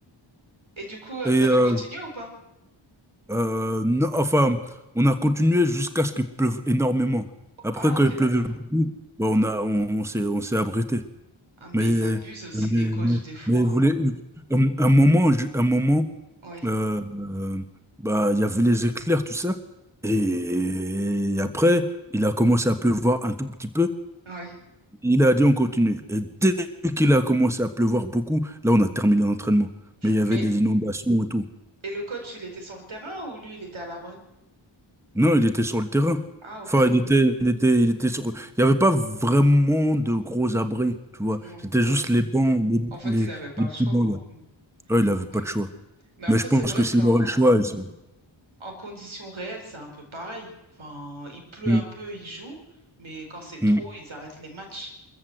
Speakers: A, on the right; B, in the centre.
A: Et du coup, euh,
B: Et,
A: vous avez
B: euh,
A: continué ou pas?
B: Euh, non, enfin, on a continué jusqu'à ce qu'il pleuve énormément. Après,
A: Ah,
B: quand
A: ok,
B: il pleuvait
A: d'accord.
B: beaucoup, bah, on a, on, on s'est, on s'est abrité.
A: Ah, mais
B: Mais,
A: ils abusent aussi,
B: mais,
A: les coachs,
B: mais,
A: des fois.
B: mais vous
A: hein.
B: voulez, un, un moment, je- un moment,
A: Oui.
B: euh, euh, bah, il y avait les éclairs, tout ça. Et après, il a commencé à pleuvoir un tout petit peu.
A: Oui.
B: Il a dit on continue. Et dès qu'il a commencé à pleuvoir beaucoup, là, on a terminé l'entraînement. Mais il y avait
A: Mais,
B: des inondations et tout.
A: et le coach, il était sur le terrain ou lui, il était à l'abri?
B: Non, il était sur le terrain.
A: Ah, ok.
B: Enfin, il était, il était, il était sur. Il n'y avait pas vraiment de gros abris, tu vois.
A: Mm,
B: C'était
A: ouais.
B: juste les bancs, les,
A: En fait,
B: les,
A: il n'avait pas
B: les
A: le
B: petits
A: choix,
B: bancs
A: quoi.
B: là.
A: Mm,
B: Ouais, il
A: Ok.
B: avait pas de choix.
A: Mais après,
B: Mais je pense
A: c'est vrai
B: que s'il
A: qu'en
B: aurait le choix, il serait-
A: En conditions réelles, c'est un peu pareil. Enfin, il pleut
B: Mm,
A: un peu, ils jouent, mais quand c'est trop,
B: mm,
A: ils arrêtent les matchs.